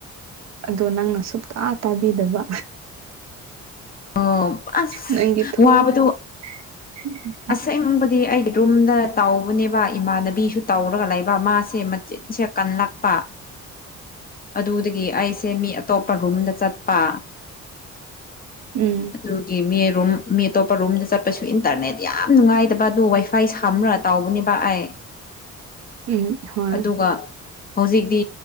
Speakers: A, on the right; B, on the left.
A: ꯑꯗꯣ ꯅꯪꯅ ꯁꯨꯡꯛꯇ ꯇꯥꯕꯤꯗꯕ
B: ꯑꯣ ꯑꯁ
A: ꯅꯪꯒꯤ ꯊꯣꯛ
B: ꯋꯥꯕꯗꯨ
A: <inaudible>
B: ꯑꯁꯦꯡꯕꯗꯤ ꯑꯩꯗꯤ ꯔꯨꯝꯗ ꯇꯥꯎꯕꯅꯦꯕ ꯏꯃꯥꯟꯅꯕꯤꯁꯨ ꯇꯧꯔꯒ ꯂꯩꯕ ꯃꯥꯁꯦ ꯃꯆꯤꯟꯁꯦ ꯀꯜꯂꯛꯄ ꯑꯗꯨꯗꯒꯤ ꯑꯩꯁꯦ ꯃꯤ ꯑꯇꯣꯞꯄ ꯔꯨꯝꯗ ꯆꯠꯄ
A: ꯎꯝ
B: ꯑꯗꯨꯒꯤ ꯃꯤ ꯔꯨꯝ ꯃꯤ ꯑꯇꯣꯞꯄ ꯔꯨꯝꯗ ꯆꯠꯄꯁꯨ ꯏꯟꯇꯔꯅꯦꯠ ꯌꯥꯝ ꯅꯨꯡꯉꯥꯏꯗꯕ ꯑꯗꯨ ꯋꯥꯏꯐꯥꯏ ꯁꯝ꯭ꯔ ꯇꯥꯎꯕꯅꯦꯕ ꯑꯩꯥꯏ
A: ꯎꯝ ꯍꯣꯏ
B: ꯑꯗꯨꯒ ꯍꯧꯖꯤꯛꯇꯤ